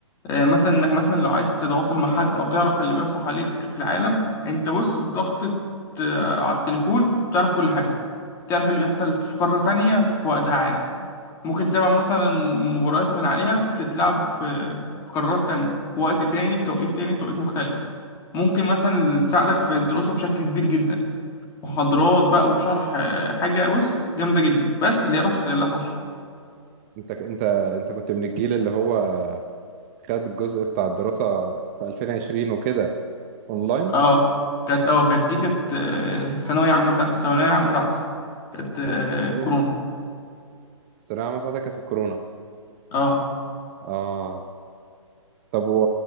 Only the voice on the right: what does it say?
أنت أنت أنت كنت من الجيل اللي هو خد الجزء بتاع الدراسة في 2020 وكده أونلاين
أوف
الثانوية العامة بتاعتك كانت في الكورونا
آه طب و...